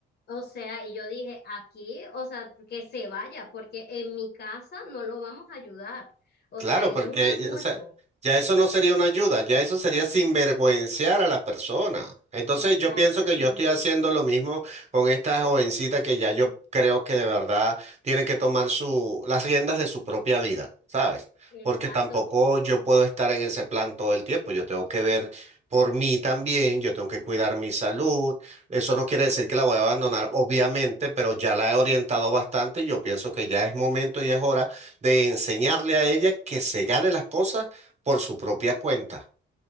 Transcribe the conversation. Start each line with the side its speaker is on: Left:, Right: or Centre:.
Left: o sea, y yo dije, aquí, o sea, que se vaya, porque en mi casa no lo vamos a ayudar. O
Right: Claro,
Left: sea, él
Right: porque
Left: es un adulto.
Right: o sea, ya eso no sería una ayuda, ya eso sería sinvergüenciar a las personas. Entonces
Left: Exactamente.
Right: yo pienso que yo estoy haciendo lo mismo con esta jovencita que ya yo creo que de verdad tiene que tomar su, las riendas de su propia vida, ¿sabes?
Left: Exacto,
Right: Porque tampoco yo puedo estar en ese plan todo el tiempo, yo tengo que ver por mí también, yo tengo que cuidar mi salud. Eso no quiere decir que la voy a abandonar, obviamente, pero ya la he orientado bastante y yo pienso que ya es momento y es hora de enseñarle a ella que se gane las cosas por su propia cuenta.